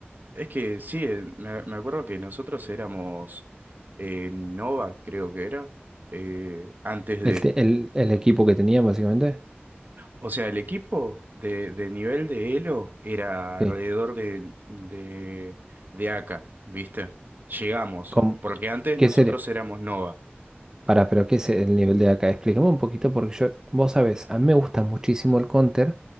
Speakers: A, on the right; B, on the right.
A: es que sí, eh, me, me acuerdo que nosotros éramos eh, Nova, creo que era, eh, antes
B: El, te- el, el equipo que tenía básicamente,
A: O sea, el equipo de, de nivel de Elo era
B: sí.
A: alrededor de, de, de AK, ¿viste? Llegamos,
B: ¿Cómo?
A: porque antes
B: ¿Qué
A: nosotros
B: sería?
A: éramos Nova.
B: Para, pero ¿qué es el nivel de acá? Explícame un poquito porque yo, vos sabés, a mí me gusta muchísimo el counter,